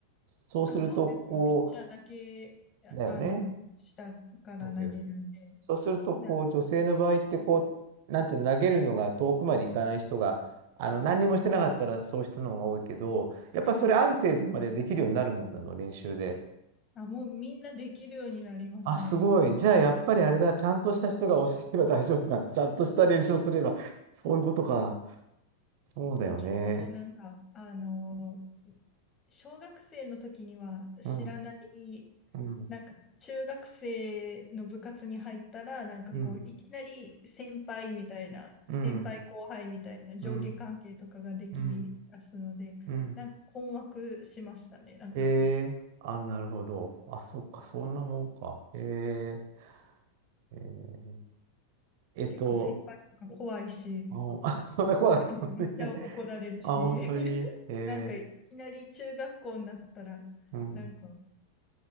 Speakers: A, on the right; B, on the left.
A: そうすると、
B: あ、そうですね。
A: こ
B: ピッチャーだけ、ああの、
A: う、だよね。
B: 下から投げるんで、
A: そうだよね。そうすると、
B: みんな、
A: こう、女性の場合って、こう、なんていうの、投げるのが遠くまで行かない人が、あの、何にもしてなかったらそういう人の方が多いけど、やっぱりそれある程度までできるようになるもんなの、
B: はい。
A: 練習で。
B: あ、もうみんなできるようになりますね。
A: あ、すごい。じゃあ、やっぱりあれだ、ちゃんとした人が教えれば大丈夫なの。ちゃんとした練習をすれば、そういうことか。そうだよね。
B: でも結構なんか、あの、小学生の時には知らない、
A: うん、うん、
B: なんか中学生の部活に入ったら、なんかこう、
A: うん、
B: いきなり先輩みたいな、
A: うん、
B: 先輩後輩みたいな上下関係とかができ出すので、
A: うん、うん、うん。
B: なんか困惑しましたね。なんか
A: ええ、あ、なるほど。あ、そっか、そんなもんか。へえ、へええっと、
B: 結構先輩とか怖いし、
A: あ、あ <laughs> そんな怖かったのね。
B: なんかめっちゃ怒られるし、
A: <laughs> あ、本当に。
B: <laughs>
A: え
B: なんかいきなり中学校になったら、
A: ー、うん。
B: なんか、